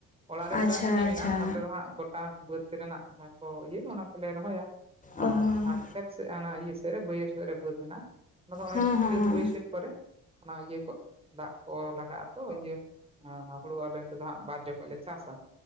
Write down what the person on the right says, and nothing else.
ᱚᱲᱟᱜ ᱨᱮ
ᱢᱤᱫᱴᱟᱝ ᱢᱤᱱᱤ ᱢᱮᱱᱟᱜᱼᱟ
ᱚᱱᱟ ᱛᱮᱫᱚ ᱦᱟᱸᱜ ᱜᱚ ᱜᱚᱴᱟ ᱵᱟᱹᱫᱽ ᱨᱮᱱᱟᱜ ᱡᱟᱦᱟᱸ ᱠᱚ ᱤᱭᱟᱹ ᱚᱱᱟ ᱠᱚᱞᱮ ᱨᱚᱦᱚᱭᱟ
ᱟᱨ
ᱡᱟᱦᱟᱸ ᱠᱷᱮᱛ ᱥᱮᱫ ᱚᱱᱟ ᱤᱭᱟᱹ ᱥᱮᱫ ᱨᱮ ᱵᱟᱹᱭᱦᱟᱹᱲ ᱥᱮᱫ ᱨᱮ ᱵᱟᱹᱫᱽ ᱢᱮᱱᱟᱜᱼᱟ ᱚᱱᱟ
ᱫᱚ
ᱪᱟᱹᱛ
ᱵᱟᱹᱭᱥᱟᱹ ᱠᱷᱮᱛ ᱠᱚᱨᱮ ᱚᱱᱟ ᱤᱭᱟᱹ ᱠᱚ ᱫᱟᱜ ᱠᱚ ᱞᱟᱜᱟᱜ ᱟᱛᱚ ᱤᱭᱟᱹ ᱦᱩᱲᱩ ᱟᱞᱮᱱ ᱛᱚ ᱦᱟᱜ ᱵᱟᱨ ᱡᱚᱠᱷᱚᱡ ᱞᱮ ᱪᱟᱥᱟ